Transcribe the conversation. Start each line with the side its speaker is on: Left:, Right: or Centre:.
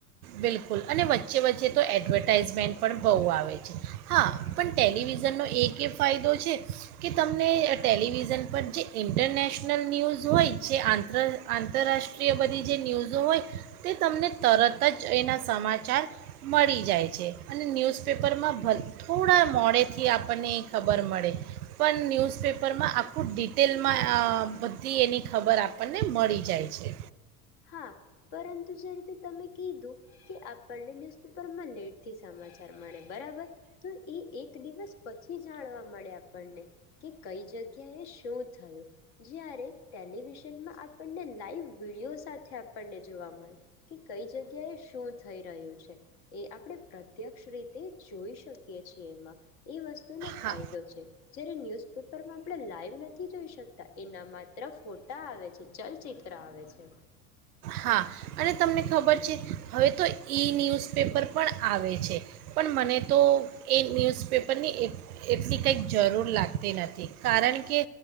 Right: બિલકુલ અને વચ્ચે વચ્ચે તો એડવર્ટાાઈઝમેન્ટ પણ બહુ આવે છે હા પણ ટેલિવિઝનનો એક એ ફાયદો છે કે તમને ટેલિવિઝન પર જે ઇન્ટરનેશનલ ન્યૂઝ હોય જે આંતર આંતરરાષ્ટ્રીય બધી જે ન્યૂઝો હોય તે તમને તરત ત જ એના સમાચાર મળી જાય છે અને ન્યૂઝપેપરમાં ભ થોડા મોડેથી આપણને એ ખબર મળે પણ ન્યૂઝપેપરમાં આખું ડિટેલમાં અ બધી એની ખબર આપણને મળી જાય છે.
Left: હા, પરંતુ જે રીતે તમે કીધું કે આપણને ન્યુઝપેપરમાં લેટથી સમાચાર મળે બરાબર તો એ એક દિવસ પછી જાણવામાં મળે આપણને કે કઈ જગ્યા એ શું થયો? જ્યારે ટેલિવિઝન માં આપણને લાઈવ વિડિઓઝ સાથે આપણને જોવા મળે કે કઈ જગ્યા એ શું થઈ રહ્યું છે એ આપણે પ્રત્યક્ષ રીતે જોઈ શકીએ છીએ એમાં એ વસ્ત તુ નો
Right: હા
Left: ફાયદો છે જયારે ન્યુઝપેપરમાં આપણે લાઈવ નથી જોઈ શકતા એના માત્ર ફોટા આવે છે, ચલચિત્ર આવે છે.
Right: હા, અને તમને ખબર છે હવે તો ઈ-ન્યૂઝપેપર પણ આવે છે પણ મને તો એ ન્યૂઝપેપરની એ એ એટલી કંઈક જરૂર લાગતી નથી કારણ કે